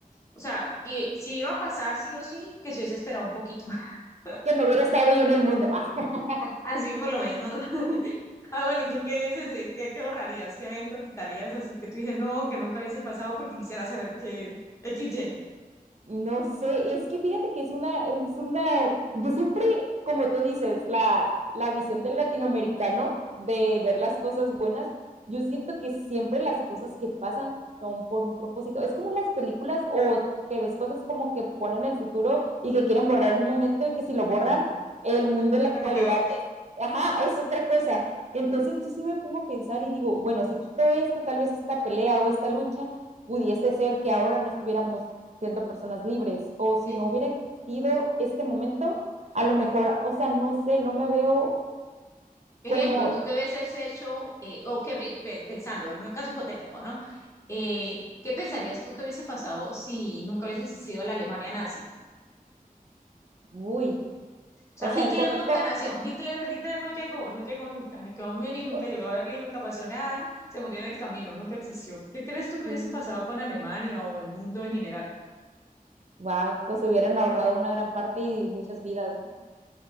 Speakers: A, on the left; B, on the right.
A: o sea, que si iba a pasar sí o sí, que se hubiese esperado un poquito, <laughs>
B: que no hubiera estado yo en el mundo. <laughs>
A: así por lo menos. <laughs> Ah, bueno, ¿y tú
B: Ah,
A: qué dices? Eh, ¿Qué, qué borrarías? ¿Qué evento quitarías? Así que tú dices, no, que nunca hubiese pasado porque quisiera saber que X Y.
B: No sé, es que fíjate que es una, es una, yo siempre, como tú dices, la, la visión del latinoamericano de ver las cosas buenas, yo siento que siempre las cosas que pasan son por un propósito. Es como las películas o que ves cosas como que ponen el futuro y que quieren borrar un momento y que si lo borran,
A: Ajá.
B: el mundo en la
A: algo
B: actualidad
A: peor.
B: es, ajá, es otra cosa. Entonces yo sí me pongo a pensar y digo, bueno, si quito esto, tal vez esta pelea o esta lucha pudiese ser que ahora no estuviéramos siendo personas libres o si
A: E-
B: no hubiera existido este momento, a lo mejor, o sea, no sé, no me veo
A: Ejemplo,
B: como,
A: tú qué hubieses hecho, eh, o qué pi- pe- pensando, en un caso hipotético, ¿no? Eh, ¿qué pensarías tú que hubiese pasado si nunca hubiese existido la Alemania nazi?
B: uy,
A: O
B: o
A: sea,
B: sea,
A: Hitler
B: no conozco,
A: nunca nació, Hitler, Hitler no llegó, no llegó nunca, se quedó en Múnich, nunca
B: pues,
A: llegó a Berlín, nunca pasó nada, se murió en el camino, nunca existió. ¿Qué crees tú que
B: sí,
A: hubiese pasado con Alemania o el mundo en general
B: wow, pues se hubieran ahorrado una gran parte y muchas vidas, ¿no?